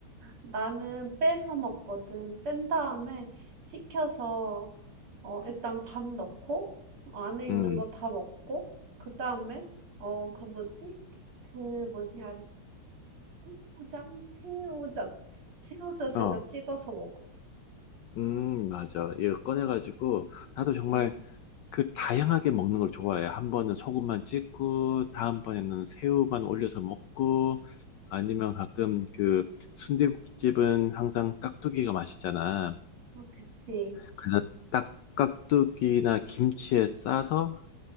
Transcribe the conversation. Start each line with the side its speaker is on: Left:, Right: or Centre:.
Right: 나는 빼서 먹거든. 뺀 다음에 식혀서, 어, 일단 밥 넣고, 어, 안에 있는
Left: 음,
Right: 거 다 먹고, 그 다음에, 어, 그 뭐지? 그 뭐냐, 새우장? 새우젓. 새우젓에다
Left: 어,
Right: 찍어서 먹어.
Left: 음, 맞아. 이거 꺼내가지고, 나도 정말
Right: 응,
Left: 그 다양하게 먹는 걸 좋아해요. 한 번은 소금만 찍고, 다음번에는 새우만 올려서 먹고, 아니면 가끔 그 순대국집은 항상 깍두기가 맛있잖아.
Right: 어, 그치.
Left: 그래서 딱 깍두기나 김치에 싸서